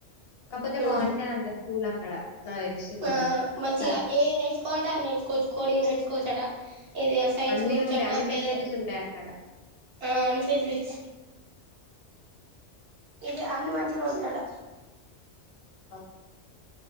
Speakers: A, on the left; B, on the right.
A: కాకపోతే
B: ఆ
A: బాగుంటదంట స్కూల్ అక్కడ నాకు తెలిసింది
B: ఆ
A: కొంచెం
B: మంచిగా
A: సరే.
B: ఏ నేర్చుకోండా నేర్చుకోవచ్చు కోడి నేర్చుకో కో చడ ఏద సైన్స్
A: అన్నీ
B: గురించి
A: ఉంటాయి
B: అన్నా
A: అన్ని ఫెసిలిటీస్
B: ఏదో
A: ఉంటాయి అక్కడ
B: ఆ అని ఫెసిలిటీస్ ఇది అన్న మజ నోడుయాట
A: అఓ